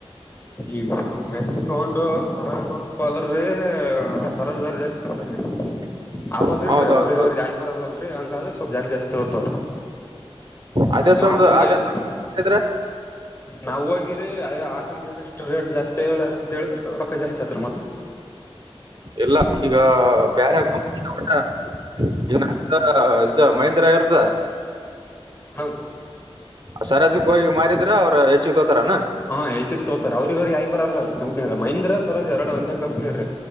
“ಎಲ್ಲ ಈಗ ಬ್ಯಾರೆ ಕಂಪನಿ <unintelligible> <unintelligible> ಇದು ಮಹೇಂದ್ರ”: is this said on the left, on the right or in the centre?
Right